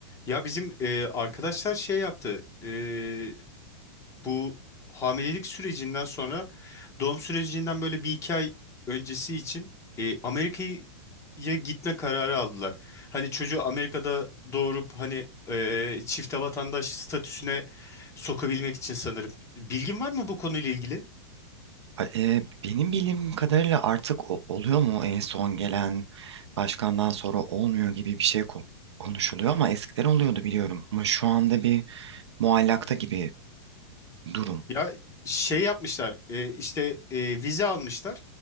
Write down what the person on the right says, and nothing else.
A- e, benim bildiğim kadarıyla artık o- oluyor mu en son gelen başkandan sonra olmuyor gibi bir şey ko- konuşuluyor ama eskiden oluyordu biliyorum. Ama şu anda bir muallakta gibi durum.